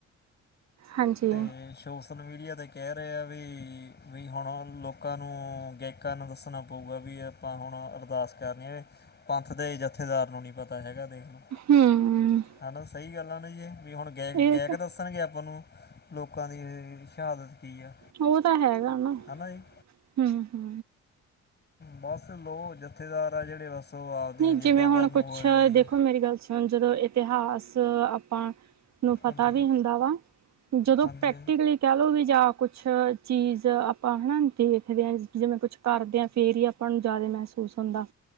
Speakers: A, on the right; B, on the left.
A: ਹਾਂਜੀ
B: ਤੇ ਸੋਸ਼ਲ ਮੀਡੀਆ ਤੇ ਕਹਿ ਰਹੇ ਆ ਵੀ ਵੀ ਹੁਣ ਲੋਕਾਂ ਨੂੰ ਗੈ ਨੂੰ ਦੱਸਣਾ ਪਊਗਾ, ਵੀ ਆਪਾਂ ਹੁਣ ਅਰਦਾਸ ਕਰਨੀ ਹੈ। ਪੰਥ ਦੇ ਜਥੇਦਾਰ ਨੂੰ ਨੀ ਪਤਾ ਹੈਗਾ ਦੇਖਲੋ,
A: ਹੂੰ
B: ਹੈਨਾ ਸਹੀ ਗੱਲ ਆ ਨਾ ਜੀ ਇਹ ਵੀ ਹੁਣ ਗਾਇਕ
A: ਇਹ
B: ਗਾਇਕ
A: ਤਾਂ
B: ਦੱਸਣਗੇ ਆਪਾਂ ਨੂੰ ਲੋਕਾਂ ਦੀ ਸ਼ਹਾਦਤ ਕੀ ਆ
A: ਉਹ ਤਾਂ ਹੈਗਾ ਨਾ
B: ਹਨਾ ਜੀ
A: ਹੂ ਹੂ
B: ਬਸ ਲਓ ਜਥੇਦਾਰ ਆ ਜਿਹੜੇ ਬਸ ਉਹ ਆਪਦੀਆਂ
A: ਨਹੀਂ
B: ਜੇਬਾਂ
A: ਜਿਵੇਂ
B: ਭਰਨ
A: ਹੁਣ ਕੁਛ
B: ਨੂੰ ਹੋਏ ਹੋਏ ਆ ਜੀ
A: ਦੇਖੋ ਮੇਰੀ ਗੱਲ ਸਮਝ ਲੋ ਇਤਿਹਾਸ ਆਪਾਂ ਨੂੰ ਪਤਾ
B: ਹਾਂਜੀ
A: ਵੀ ਹੁੰਦਾ ਵਾ ਜਦੋਂ
B: ਹਾਂਜੀ
A: ਪ੍ਰੈਕਟੀਕਲੀ ਕਹਿ ਲਓ ਵੀ ਜਾਂ ਕੁਛ ਚੀਜ਼ ਆਪਾਂ ਹੈ ਨਾ ਦੇਖਦੇ ਹਾਂ ਜਿਵੇਂ ਕੁਛ ਕਰਦੇ ਆਂ ਫਿਰ ਹੀ ਆਪਾਂ ਨੂੰ ਜ਼ਿਆਦਾ ਮਹਿਸੂਸ ਹੁੰਦਾ।